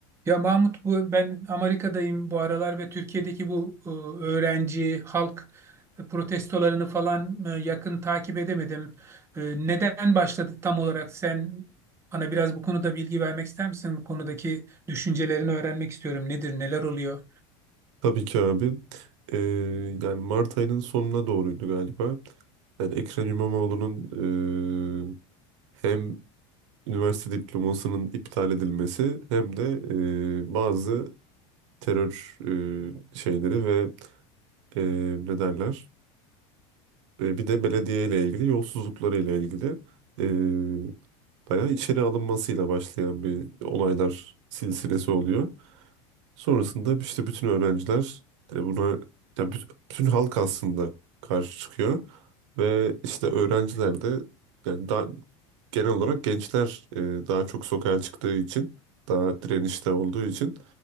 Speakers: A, on the right; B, on the right.
A: Ya Mahmut bu ben Amerika'dayım bu aralar ve Türkiye'deki bu e, öğrenci halk e, protestolarını falan e, yakın takip edemedim. E, Neden başladı tam olarak? Sen bana biraz bu konuda bilgi vermek ister misin? Bu konudaki düşüncelerini öğrenmek istiyorum. Nedir, neler oluyor?
B: Tabii ki abi. Ee, yani Mart ayının sonuna doğruydu galiba. Yani Ekrem İmamoğlu'nun eee, hem üniversite diplomasının iptal edilmesi hem de eee, bazı terör eee, şeyleri ve eee ne derler E, bir de belediye ile ilgili yolsuzlukları ile ilgili eee bayağı içeri alınmasıyla başlayan bir olaylar silsilesi oluyor. Sonrasında işte bütün öğrenciler de buna ya büt- bütün halk aslında karşı çıkıyor ve işte öğrenciler de yani daha genel olarak gençler e, daha çok sokağa çıktığı için daha direnişte olduğu için